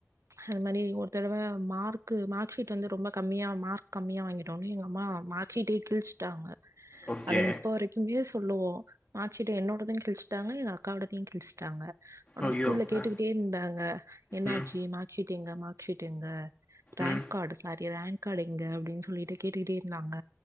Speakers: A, on the right; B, on the left.
A: அது மாரி ஒரு தடவ மார்க்கு மார்க் ஷீட்டு வந்து ரொம்போ கம்மியா மார்க் கம்மியா வாங்கிட்டோனு எங்க அம்மா மார் ஷீட்டயே கிழ்ச்சிட்டாங்க
B: ஓகே
A: அத இப்ப வரை க்குமே சொல்லுவோ மாக் ஷீட்டு என்னோடதையு கிழ்ச்ட்டாங்க எங்க அக்காவோடதையு கிழ்ச்ட்டாங்க. ஆனா
B: ஐயோ
A: ஸ்கூல்ல கேட்டுகிட்டே
B: அ
A: இந்தாங்க என்னாச்சி
B: ம்
A: மாக் ஷீட்டு எங்க மாக் ஷீட் எங்க rank
B: ம்
A: card sorry rank card எங்க அப்டின் சொல்லிட்டு கேட்டுக்கிட்டே இந்தாங்க